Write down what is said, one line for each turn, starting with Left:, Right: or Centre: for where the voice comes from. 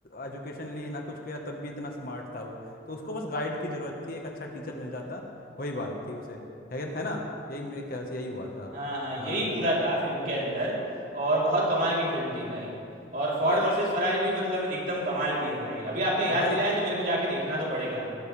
Left: एजुकेशन ली ना कुछ किया तब भी इतना स्मार्ट था वो तो उसको बस गाइड की जरूरत थी एक अच्छा टीचर मिल जाता वही बात थी उसे लेकिन है ना यही मेरे ख्याल से यही हुआ था
Right: हाँ हाँ यही
Left: हाँ
Right: पूरा था फिल्म के अंदर और बहुत कमाल की फिल्म थी भाई और फोर्ड
Left: बात
Right: वर्सेस फरारी भी मतलब एकदम कमाल की है भाई अभी आपने याद
Left: भाई
Right: दिलाया है तो मेरे को जाके देखना तो पड़ेगा